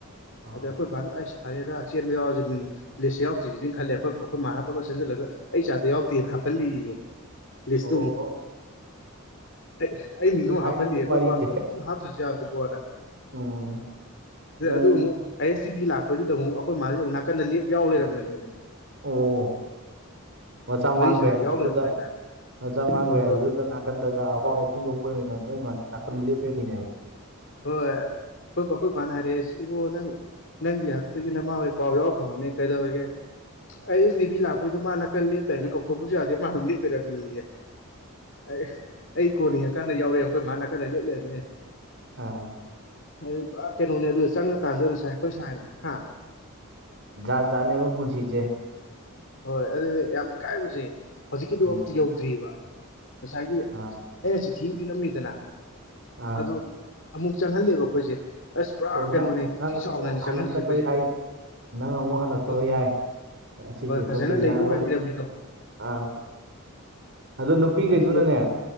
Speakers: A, on the right (about 55°); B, on the left (about 55°).
A: ꯑꯥ
B: ꯑꯗ ꯑꯩꯈꯣꯏ ꯕꯥꯅ ꯐꯔꯦꯗ ꯆꯦꯟꯕ ꯌꯥꯎꯔꯁꯨ ꯃꯤꯡ ꯂꯤꯁ ꯌꯥꯎꯗ꯭ꯔꯤꯁꯤꯅꯦ ꯈꯜꯂꯤꯂꯦꯈꯣꯏ ꯑꯩꯈꯣꯏ ꯃꯥꯅ ꯄꯕꯠ ꯆꯦꯟꯖꯜꯂꯒ ꯑꯩ ꯆꯥꯗꫭ ꯌꯥꯎꯗꯦꯅ ꯍꯥꯞꯍꯜꯂꯤꯑꯦ ꯂꯤꯁꯇꯨ
A: ꯑꯣ
B: ꯑꯃꯨꯛ
A: ꯑꯣ
B: ꯑꯩ ꯑꯩ ꯃꯤꯡꯗꯨ
A: ꯅꯨꯡꯉꯥꯏꯔꯤꯅꯦ
B: ꯑꯃ ꯍꯥꯞꯍꯜꯂꯤ ꯑꯩꯈꯣꯏ
A: ꯋꯥꯔꯤꯁꯦ
B: ꯕꯥ ꯍꯞꯇꯔꯁꯨ ꯌꯥꯕꯣꯅ
A: ꯎꯝ ꯅꯪ
B: ꯑꯗꯨ ꯑꯃꯨꯛ ꯑꯥꯏ ꯑꯦꯁ ꯇꯤ ꯚꯤ ꯂꯥꯛꯄꯗꯨꯗ ꯑꯃꯨꯛ ꯑꯩꯈꯣꯏ ꯃꯥꯁꯦ ꯑꯃꯨꯛ ꯅꯥꯀꯟꯅ ꯂꯦꯞ ꯌꯥꯎ ꯂꯩꯔꯝꯕꯅꯦꯃꯦ
A: ꯑꯣ ꯃꯆꯥ
B: ꯋꯥꯔꯤ
A: ꯃꯥꯡꯈ꯭ꯔꯦ
B: ꯁꯥꯟꯅꯕ
A: ꯍꯥꯏꯕꯗꯨꯗ
B: ꯌꯥꯎ ꯂꯩꯔꯝꯕ ꯍꯥꯏꯇꯥꯔꯦ
A: ꯃꯆꯥ ꯃꯥꯡꯈ꯭ꯔꯦ
B: ꯍꯣꯏ
A: ꯍꯥꯏꯕꯗꯨꯗ
B: ꯍꯣꯏ
A: ꯅꯥꯀꯟꯗꯒ ꯑꯋꯥꯕ ꯐꯣꯡꯗꯣꯛꯄꯒꯤ ꯑꯣꯏꯅ ꯅꯣꯏ ꯃꯥꯁꯦ ꯅꯥꯀꯟꯗ ꯂꯦꯞ ꯂꯩꯔꯝꯕꯤꯅꯦꯕꯥ
B: ꯍꯣꯏ ꯑꯩꯈꯣꯏ ꯑꯩꯈꫭꯏ ꯕꯥꯅ ꯍꯔꯛꯑꯥ ꯏꯕꯨꯡꯉꯣꯅꯪ ꯅꯪꯒꯤ ꯍꯥꯛꯇꯛꯇꯒꯤ ꯅꯃꯥ ꯍꯣꯏ ꯄꯥꯎ ꯌꯥꯎꯕ ꯐꯪꯉꯕꯅꯦ ꯀꯩꯗꯧꯔꯒꯦ ꯑꯩ ꯇꯤꯚꯤ ꯂꯥꯛꯄꯩꯗꯣ ꯃꯥꯅ ꯈꯔ ꯂꯦꯞꯂꯦ ꯍꯥꯏꯅ ꯀꯧꯊꯣꯛꯄꯁꯨ ꯌꯥꯗꯦ ꯃꯥ ꯑꯗꯨꯝ ꯂꯦꯞꯄꯤꯔꯝꯃꯤꯑꯦ ꯑꯩ ꯑꯩ ꯀꯣꯟꯅꯤꯡꯉꯀꯥꯟꯗ ꯌꯥꯎꯔꯛꯑꯦ ꯑꯩꯈꯣꯏ ꯃꯥ ꯅꯥꯀꯟꯗ ꯂꯦꯞ ꯂꯩꯔꯝꯃꯦ
A: ꯑꯣ
B: ꯑꯗꯨ ꯄꯨꯔꯥ ꯀꯩꯅꯣꯅꯦ ꯑꯗꯨ ꯆꯪꯉꯀꯥꯟꯗ ꯉꯁꯥꯏ ꯑꯩꯈꯣꯏ ꯁꯥꯏꯅ ꯍꯥ
A: ꯖꯥꯠ ꯖꯥꯠꯅꯦꯕ ꯄꯨꯟꯁꯤꯁꯦ
B: ꯍꯣꯏ ꯑꯗꯨꯗꯤ ꯌꯥꯝ ꯏꯀꯥꯏꯕꯁꯦ ꯍꯧꯖꯤꯛꯀꯤꯗꯨ
A: ꯎꯝ
B: ꯑꯝꯇ ꯌꯧꯗ꯭ꯔꯤꯕ ꯉꯁꯥꯏꯒꯤ
A: ꯑꯥ
B: ꯑꯩꯅ ꯆꯤꯊꯤ ꯑꯃ ꯄꯤꯔꯝꯃꯤꯗꯅ
A: ꯑꯥ
B: ꯑꯗꯣ ꯑꯃꯨꯛ ꯆꯪꯍꯜꯂꯦꯕ ꯑꯩꯈꯣꯏꯁꯦ ꯑꯁ ꯄꯨꯔꯥ
A: ꯑꯣ
B: ꯀꯩꯅꯣꯅꯦ
A: ꯅꯪ ꯅꯪ
B: ꯊꯤ
A: ꯑꯃꯨꯛ
B: ꯆꯥꯎꯅꯅꯦ ꯆꯪꯍꯜꯂꯤꯁꯦ
A: ꯍꯜꯂꯛꯇꯕ
B: ꯑꯩꯈꯣꯏꯁꯦ
A: ꯌꯥꯏ ꯅꯪ ꯑꯃꯨꯛ ꯍꯜꯂꯛꯇꯕ
B: ꯍꯣꯏ ꯍꯣꯏ
A: ꯌꯥꯏ
B: ꯍꯣꯏ
A: ꯑꯁꯤ
B: ꯍꯣꯏ
A: ꯆꯦꯟꯊꯣꯛꯄꯤꯁꯤ
B: ꯐꯖꯅ ꯂꯩꯌꯨ
A: ꯅꯥ ꯑꯔꯣꯏ
B: ꯀꯥꯏꯅ ꯏꯔꯝꯃꯤꯗꯣ
A: ꯑꯥ ꯑꯗꯣ ꯅꯨꯄꯤꯈꯩꯗꯨꯅꯅꯦ
B: ꯑꯗꯨꯗꯣ